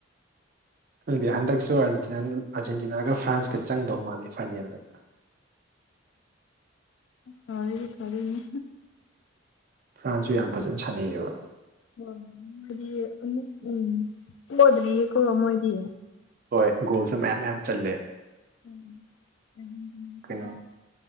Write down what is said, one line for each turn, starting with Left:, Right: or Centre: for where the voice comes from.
Right: ꯈꯪꯗꯤ ꯍꯟꯗꯛꯁꯨ ꯑꯥꯔꯖꯦꯟꯇꯤꯅꯥꯒ ꯐ꯭ꯔꯥꯟꯁꯀ ꯆꯪꯗꯧ ꯃꯥꯜꯂꯤ ꯐꯥꯏꯅꯦꯜꯗ
Left: ꯍꯗꯤ ꯐꯂꯅꯤ
Right: ꯐ꯭ꯔꯥꯟꯁꯁꯨ ꯌꯥꯝ ꯐꯖꯅ ꯁꯥꯟꯅꯩꯌꯦꯕ
Left: ꯑꯣ ꯃꯣꯏꯗꯤ ꯑꯃ ꯎꯝ ꯄꯣꯗꯔꯤꯌꯦ ꯀꯣ ꯃꯣꯏꯗꯤ
Right: ꯍꯣꯏ ꯒꯣꯜꯁꯨ ꯃꯌꯥꯝ ꯃꯌꯥꯝ ꯆꯜꯂꯦ
Left: ꯎꯝ ꯎꯝ
Right: ꯀꯩꯅꯣ
Left: ꯎꯝ